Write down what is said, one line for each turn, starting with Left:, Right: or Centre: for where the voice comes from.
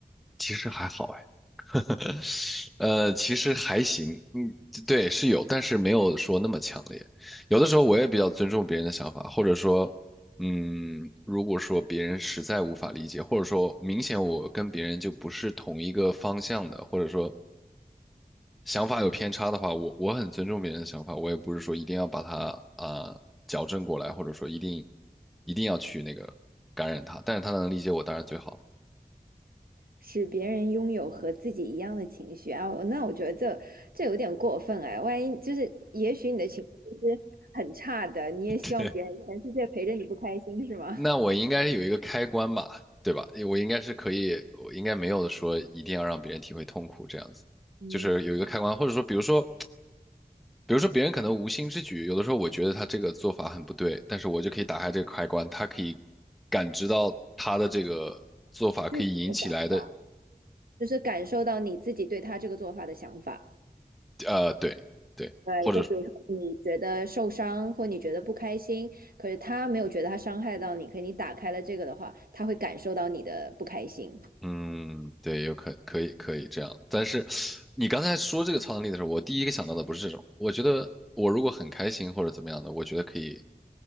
Centre: 其实还好哎。<laughs> 呃，其实还行，嗯，对，是有，但是没有说那么强烈。有的时候我也比较尊重别人的想法，或者说，嗯，如果说别人实在无法理解，或者说明显我跟别人就不是同一个方向的，或者说想法有偏差的话，我我很尊重别人的想法，我也不是说一定要把它啊、矫正过来，或者说一定一定要去那个感染他，但是他能理解我，当然最好。
Right: 使别人拥有和自己一样的情绪啊，那我觉得这这有点过分哎。万一就是，也许你的情绪是很差的，你也希望别人全世界陪着你不开心是吗？
Centre: <laughs> 那我应该是有一个开关吧，
Right: <laughs>
Centre: 对吧？我应该是可以，我应该没有说一定要让别人体会痛苦这样子，
Right: 嗯，
Centre: 就是有一个开关，或者说，比如说，比如说别人可能无心之举，有的时候我觉得他这个做法很不对，但是我就可以打开这个开关，他可以感知到他的这个做法可以引起来的，
Right: 你自己的想法，就是感受到你自己对他这个做法的想法。
Centre: 呃，对对，
Right: 对，
Centre: 或者
Right: 就比如说你觉得受伤或你觉得不开心，可是他没有觉得他伤害到你，可是你打开了这个的话，他会感受到你的不开心。
Centre: 嗯，对，有可可以可以这样，但是你刚才说这个超能力的时候，我第一个想到的不是这种。我觉得我如果很开心或者怎么样的，我觉得可以